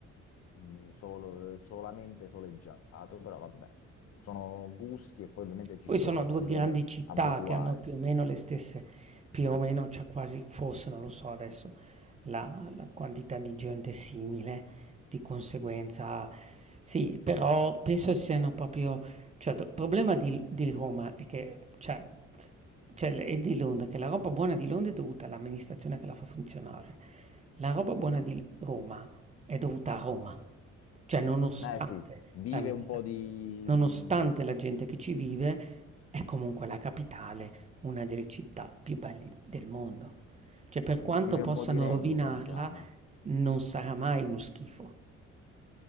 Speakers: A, on the left; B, on the right.
A: mh, solo- solamente soleggiato, però vabbè, sono gusti e poi ovviamente ci
B: Poi
A: si,
B: sono
A: do-
B: 2
A: ci
B: grandi
A: si deve
B: città
A: abituare,
B: che hanno più o meno le stesse più o meno cioè quasi forse, non lo so adesso, la la quantità di gente è simile, di conseguenza sì, però penso siano proprio cioè il problema di di Roma è che cioè cioè e di Londra, che la roba buona di Londra è dovuta all'amministrazione che la fa funzionare. La roba buona
A: sì.
B: di Roma è dovuta a Roma, cioè nonostante
A: Eh sì, vive
B: l'amministrazione,
A: un po' di,
B: nonostante
A: mh,
B: la gente che ci vive, è comunque la capitale, una delle città più belle del mondo. Cioè, per
A: sì,
B: quanto
A: vive
B: possano
A: un po' di rendita,
B: rovinarla,
A: diciamo.
B: non sarà mai uno schifo.